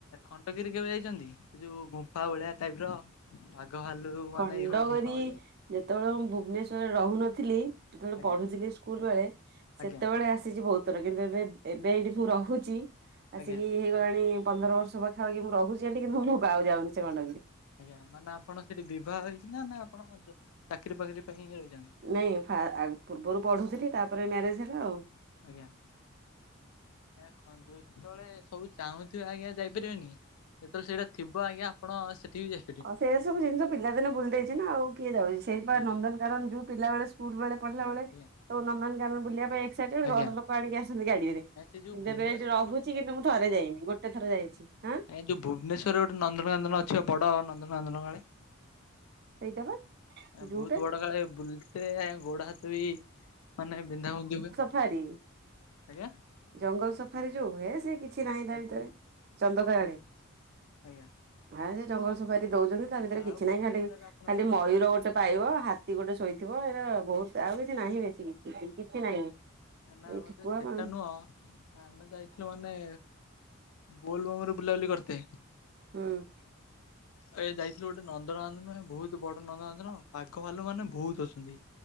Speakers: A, on the left (about 85°); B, on the right (about 45°).
A: ଖଣ୍ଡଗିରି କେବେ ଯାଇଛନ୍ତି? ସେ ଯୋଉ ଗୁମ୍ଫା ଭଳିଆ ଟାଇପ ର ବାଘ ଭାଲୁ ମାନେ
B: ଖଣ୍ଡଗରି
A: ଏଇଭଳିଆ ଗୁମ୍ଫା କହିବେ
B: ଯେତେବେଳେ ମୁଁ ଭୁବନେଶ୍ୱରରେ ରହୁନଥିଲି ସେତେବେଳେ
A: ଆଜ୍ଞା
B: ପଢୁଥିଲି ସ୍କୁଲ ବେଳେ ସେତେବେଳେ
A: ଆଜ୍ଞା
B: ଆସିଚି ବୋହୁତ। ତର କିନ୍ତୁ ଏବେ ଏବେ ଏଇଠି ମୁଁ ରହୁଚି
A: ଆଜ୍ଞା
B: ଆସିକି ହେଇଗଲାଣି ପନ୍ଦର ବର୍ଷ୍ ମୁଁ ପାଖାପାଖି ମୁଁ ରହୁଚି ହେଠି କିନ୍ତୁ ମୁଁ ଗାକୁ ଯାଉନି ସେ ଗଣ୍ଡଗିରି।
A: ଆଜ୍ଞା ମାନେ ଆପଣ ସେଠି ବିବାହ ହେଇଚିନା ନା ଆପଣ ଜ ଚାକିରି ଫାକିରି ପାଇଁ ହିଁ ରହିଚନ୍ତି?
B: ନାଇଁ ଫା ଆ ପୂର୍ବରୁ ପଢ଼ୁଥୁଲି ତାପରେ ମ୍ୟାରେଜ୍ ହେଲା ଆଉ।
A: ଆଜ୍ଞା। ହେ ଖଞ୍ଜୋଉ ଯେତେବେଳେ ସବୁ ଚାହୁଁଥୁବ ଆଜ୍ଞା ଯାଇପାରିବନି ଯେତୋଳେ ସେଇଟା ଥିବ ଆଜ୍ଞା ଆପଣ ସେଠି ବି ଯା
B: ଅ ସେଇରା ସବୁ ଜିନିଷ ପିଲାଦିନେ ବୁଲଦେଇଚି ନା ଆଉ କିଏ ଯାଉଚି ସେଇ ପା
A: ଆଜ୍ଞା
B: ନନ୍ଦନ କାନନ୍ ଜୁ ପିଲାବେଳେ ସୁ ସ୍କୁଲ ବେଳେ ପଢିଲା ବେଳେ
A: ଆଜ୍ଞା।
B: ସବୁ ନନ୍ଦନ କାନନ ବୁଲିବା ପାଇଁ ଏକ୍ସାଇଟେଡ
A: ଆଜ୍ଞା
B: ଘର ଲୋକ ଆଣିକି ଆସନ୍ତି ଗାଡିରେ।
A: ଏ ସେ ଯୋଉ
B: କିନ୍ତୁ
A: ଭୁବନେଶ୍ୱରରେ
B: ଏବେ ଏଇଠି ରହୁଚି
A: ଗୋଟେ
B: କିନ୍ତୁ ମୁଁ ଥରେ ଯାଇନି ଗୋଟେ ଥରେ ଯାଇଚ। ହାଁ?
A: ଆଜ୍ଞା ଯୋଉ ଭୁବନେଶ୍ୱରରେ ଗୋଟେ ନନ୍ଦନକାନନ ଅଛିି ବଡ ନନ୍ଦନକାନନ କାଳେ?
B: ସେଇଟା ବା
A: ଆଜ୍ଞା
B: ଯୋଉଟା
A: ବୋହୁତ ବଡ କାଳେ ବୁଲତେ ଗୋଡ ହାତ ବି ମାନେ ବିନ୍ଧାବୁନ୍ଧି ହୁଏ।
B: ଖାଡୀ।
A: ଆଁ
B: ଜଙ୍ଗଲ ସଫାରି ଯୋଉ ହୁଏ ସିଏ କିଛି ନାହିଁ ତା
A: ଆଜ୍ଞା
B: ଭିତରେ ଚନ୍ଦକା ଆଡେ।
A: ଅଜ୍ଞା।
B: ହେଆ ସେ ଜଙ୍ଗଲ ସଫାରୀ ଦୋଉଚନ୍ତି ତା ଭିତରେ କିଛି
A: ଆଉ କଣ
B: ନାହିଁ ଯାଟିକେ
A: ନୂଆ ଜାଗା ଆପଣ
B: ଖାଲି
A: ଯାଇଛନ୍ତି
B: ମୟୂର
A: ବୁଲାବୁଲି
B: ଗୋଟେ
A: କରି?
B: ପାଇବ ହାତୀ ଗୋଟେ ଶୋଇଥିବ ଏରା ବୋହୁତ ଆଉ କିଛି ନାହିଁ ବେଶୀ କିଛି କିଛି ନାହିଁ।
A: ଏ ନା
B: ଏଇ
A: ବୋଧେ
B: ଠେକୁଆ
A: ସେଟା
B: ମା
A: ନୁହଁ ଆମେ ଯାଇଥିଲୁ ମାନେ ବୋଲବମରେ ବୁଲାବୁଲି କରତେ।
B: ଉଁ।
A: ଏଇ ଯାଇଥିଲୁ ଗୋଟେ ନନ୍ଦନକାନନ ନୁହେଁ ବୋହୁତ ବଡ ନନ୍ଦନକାନନ ବାଘ ଭାଲୁ ମାନେ ବୋହୁତ ଅଛନ୍ତି।